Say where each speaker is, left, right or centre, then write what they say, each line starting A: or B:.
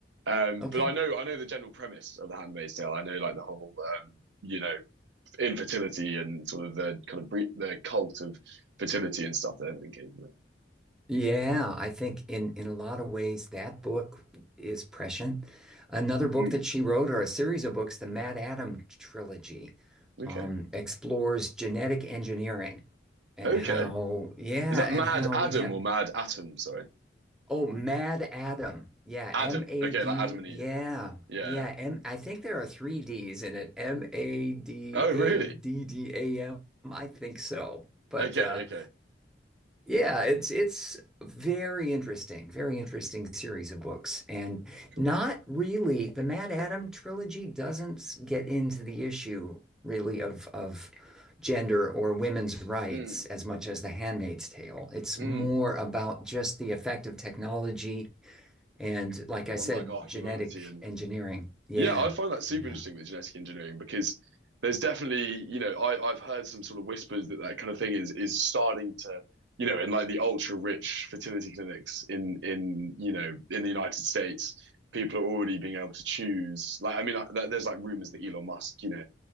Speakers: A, on the right; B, in the centre.
A: Um,
B: Okay.
A: but I know I know the general premise of The Handmaid's Tale. I know like the whole um, you know infertility and sort of the kind of bre- the cult of fertility and stuff that everything came from. it.
B: Yeah, I think in in a lot of ways that book is prescient. Another book
A: Mm,
B: that she wrote, or a series of books, the Mad Adam trilogy,
A: okay,
B: um, explores genetic engineering and
A: okay.
B: how, yeah,
A: Is that
B: and
A: Mad
B: how
A: Adam
B: we'd have,
A: or Mad Atom? Sorry.
B: oh, Mad Adam. Yeah,
A: Adam.
B: M-A-D.
A: Okay, like Adam and Eve.
B: Yeah.
A: Yeah.
B: Yeah,
A: yeah.
B: M I think there are three D's in it. M-A-D-A-D-D-A-M.
A: Oh, really?
B: I think so. But
A: Okay,
B: uh
A: okay.
B: yeah, it's it's very interesting, very interesting series of books, and
A: Cool.
B: not really the Mad Adam trilogy doesn't get into the issue really of of gender or women's rights
A: Mm,
B: as much as The Handmaid's Tale. It's
A: mm.
B: more about just the effect of technology and, like I
A: On
B: said,
A: like our
B: genetic
A: humanity and
B: engineering. Yeah,
A: yeah, I find that super
B: yeah.
A: interesting with genetic engineering because there's definitely, you know, I, I've heard some sort of whispers that that kind of thing is is starting to, you know, in like the ultra rich fertility clinics in in you know in the United States, people are already being able to choose. Like, I mean, I, there's like rumors that Elon Musk, you know,